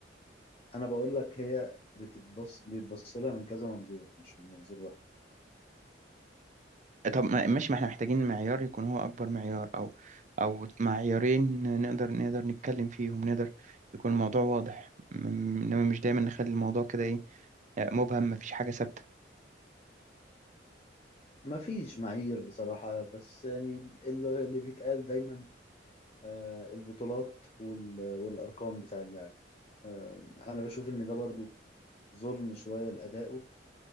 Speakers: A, on the left (about 30°); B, on the right (about 40°).
A: انا بقول لك هي بتتبص بيتبص لها من كذا منظور مش من منظور واحد
B: طب ما- ماشي ما احنا محتاجين معيار يكون هو اكبر معيار او او معيارين نقدر نقدر نتكلم فيهم نقدر يكون الموضوع واضح م- انما مش دايما نخلي الموضوع كده ايه مبهم مفيش حاجة ثابتة
A: ما فيش معايير بصراحة بس يعني اللي اللي بيتقال دايما آه، البطولات وال- والأرقام بتاع اللاعب آه، أنا بشوف إن ده برضو ظلم شوية لأدائه